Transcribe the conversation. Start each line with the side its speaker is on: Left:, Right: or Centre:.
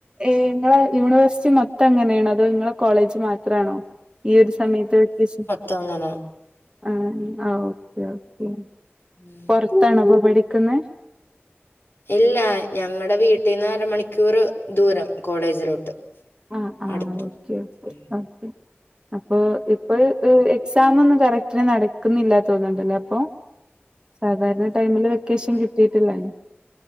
Right: ഏ ങ്ങളെ യൂണിവേഴ്സിറ്റി മൊത്തം ങ്ങനേണോ അതോ ങ്ങളെ കോളേജ് മാത്രാണൊ ഈ ഒരു സമയത്ത് വെക്കേഷൻ
Left: തങ്ങന
Right: ആ ആ ഓക്കേ ഓക്കേ
Left: ഉം
Right: പൊറത്താണോ പ്പ പഠിക്കുന്നെ?
Left: ഇല്ല ഞങ്ങടെ വീട്ടീന്ന് അരമണിക്കൂറ് ദൂരം കോളേജിലോട്ട്
Right: ആ ആ
Left: അടുത്ത്
Right: ഓക്കെ ഓ
Left: ഉം
Right: ആ പി അപ്പൊ ഇപ്പൊ എക്സമൊന്നും കറക്റ്റിന് നടക്കുന്നില്ല തോന്ന്ണ്ട്ല്ലേ അപ്പൊ സാധാരണ ടൈമില് വെക്കേഷൻ കിട്ടീട്ടില്ലായിന്ന്